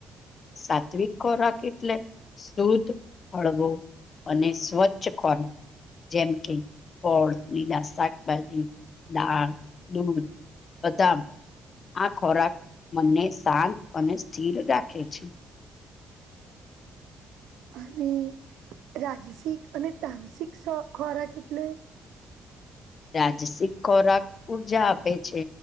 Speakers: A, on the left (about 45°); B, on the right (about 80°).
A: સાત્વિક ખોરાક એટલે શુદ્ધ, હળવું અને, સ્વચ્છ ખરાક જેમ કે ફળ, લીલા શાકભાજી, દાળ, દૂધ બધા આ ખોરાક મને શાંત અને સ્થિર રાખે છે.
B: અહીં રાજસિક અને, તામસિક સો, ખોરાક એટલે
A: રાજસિક ખોરાક ઉર્જા આપે છે.